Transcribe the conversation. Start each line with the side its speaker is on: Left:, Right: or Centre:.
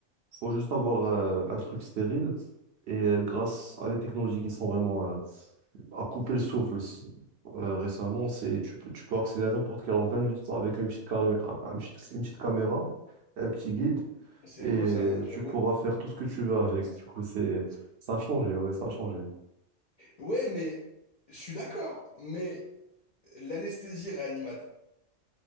Right: faut juste avoir euh, un truc stérile. Et euh, grâce à des technologies qui sont vraiment euh, à couper le souffle c- euh, récemment, c'est, tu peux, tu peux accéder à n'importe quel organe juste avec une petite, carré- un- un petit- une petite caméra, un petit guide,
Left: C'est
Right: et
Left: beau ça, hein, j'avoue.
Right: tu pourras faire tout ce que tu veux avec. Du coup, c'est, ça a changé, ouais, ça a changé.
Left: Ouais, mais je suis d'accord. Mais l'anesthésie réanimateur,